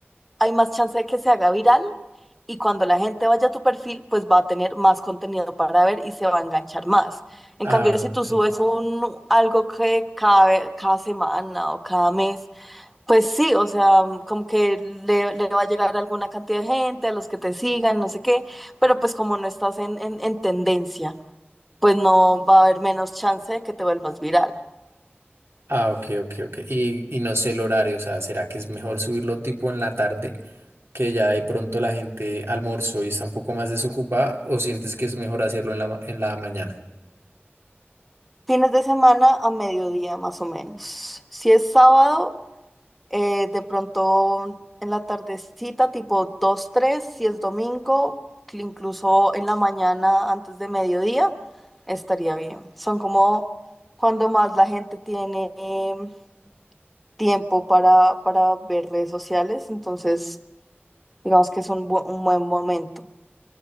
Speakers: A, in the centre; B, on the right.
A: hay más chance de que se haga viral y cuando la gente vaya a tu perfil, pues va a tener más contenido para ver y se va a enganchar más. En
B: Ah,
A: cambio, si tú
B: ok.
A: subes un, algo que cada, ve- cada semana o cada mes, pues sí, o sea, como que le, le va a llegar a alguna cantidad de gente, a los que te sigan, no sé qué, pero pues como no estás en, en en tendencia, pues no va a haber menos chance de que te vuelvas viral.
B: Ah, ok, ok, ok. Y, y no sé el horario, o sea, ¿será que es mejor subirlo tipo en la tarde, que ya de pronto la gente almorzó y está un poco más desocupada, o sientes que es mejor hacerlo en la, ma- en la mañana?
A: Fines de semana a mediodía más o menos. Si es sábado, eh, de pronto en la tardecita, tipo 2 3. Si es domingo, cl- incluso en la mañana antes de mediodía, estaría bien. Son como cuando más la gente tiene em, tiempo para, para ver redes sociales, entonces digamos que es un, bu- un buen momento.